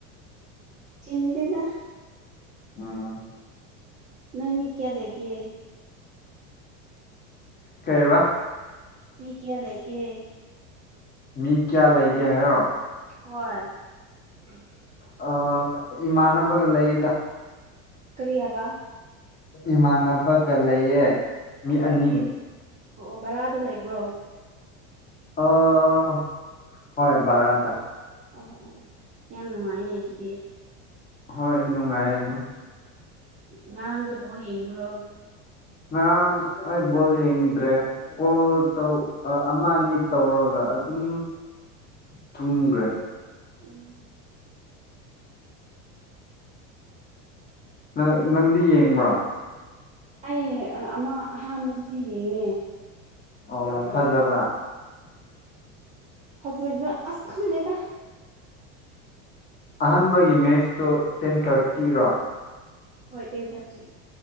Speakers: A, on the right (about 20°); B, on the left (about 25°).
A: ꯆꯤꯟꯗꯦꯗ
B: ꯎꯝ
A: ꯅꯣꯢ ꯃꯤ ꯀꯌꯥ ꯂꯩꯒꯦ
B: ꯀꯩꯕ
A: ꯃꯤ ꯀꯌꯥ ꯂꯩꯒꯦ
B: ꯃꯤ ꯀꯌꯥ ꯂꯩꯒꯦ ꯍꯥꯏꯔꯣ
A: ꯍꯣꯏ <unintelligible>
B: ꯑ ꯏꯃꯥꯟꯅꯕꯒ ꯂꯩꯗ
A: ꯀꯔꯤ ꯍꯥꯢꯕ
B: ꯏꯃꯥꯟꯅꯕꯒ ꯂꯩꯌꯦ ꯃꯤ
A: ꯑꯣ
B: ꯑꯅꯤ
A: ꯑꯣ ꯔꯦꯟ ꯑꯣ ꯑꯣ ꯕꯔꯥꯗ ꯂꯩꯕ꯭ꯔꯣ
B: ꯑꯣ ꯍꯣꯏ ꯕꯔꯥꯗ
A: ꯑꯣ ꯑꯣ ꯌꯥꯝ ꯅꯨꯡꯉꯥꯏꯅꯦ ꯑꯗꯨꯗꯤ
B: ꯍꯣꯏ ꯅꯨꯡꯉꯥꯏꯌꯦ ꯑꯗꯨꯝ
A: ꯉꯔꯥꯡꯗꯤ ꯕꯣꯜ ꯌꯦꯡꯕ꯭ꯔꯣ
B: ꯉꯔꯥꯡ ꯑꯩ ꯕꯣꯜ ꯌꯦꯡꯗ꯭ꯔꯦ ꯀꯣꯜ ꯇꯧ ꯑꯃ ꯑꯅꯤ ꯇꯧꯔꯒ ꯑꯗꯨꯝ ꯇꯨꯝꯒꯔꯦ
A: ꯎꯝ
B: ꯅꯪ ꯅꯪꯗꯤ ꯌꯦꯡꯕ꯭ꯔꯣ
A: ꯑꯩ ꯑꯃ ꯑꯍꯥꯟꯕꯗꯨꯗꯤ ꯌꯦꯡꯉꯦ
B: ꯑꯣ ꯐꯖꯕ꯭ꯔꯥ
A: ꯐꯖꯕ ꯑꯁ ꯈꯪꯗꯦꯗ
B: ꯑꯍꯥꯟꯕꯒꯤ ꯃꯦꯠꯁꯇꯣ ꯇꯦꯟ ꯊꯥꯔꯇꯤꯔꯣ
A: ꯍꯣꯏ ꯇꯦꯟ ꯊꯥꯔꯇꯤ